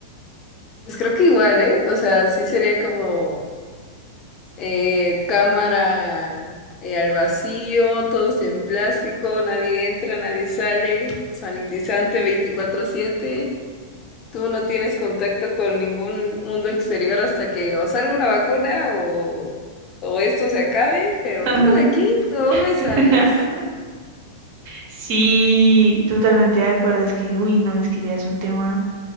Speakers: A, on the left; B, on the right.
A: Pues creo que igual, ¿eh? O sea, sí sería como eh, cámara eh, al vacío, todos en plástico, nadie entra, nadie sale, sanitizante 24/7. Tú no tienes contacto con ningún mundo exterior hasta que o salga una vacuna o, o esto se acabe, pero
B: Ajá.
A: tú de aquí no me sales.
B: <laughs> Sí, totalmente de acuerdo. Es que, uy, no, es que ya es un tema.